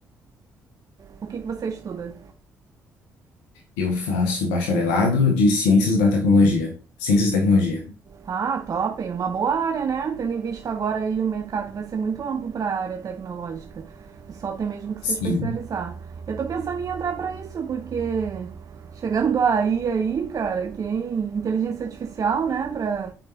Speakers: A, on the right; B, on the left.
A: O que que você estuda?
B: Eu faço bacharelado de Ciências da Tecnologia. Ciências e Tecnologia.
A: Ah, top, uma boa área, né? Tendo em vista agora aí o mercado vai ser muito amplo para a área tecnológica. O pessoal tem mesmo que
B: Sim,
A: se especializar. Eu tô pensando em entrar para isso, porque chegando <laughs> aí aí, cara, quem inteligência artificial, né, para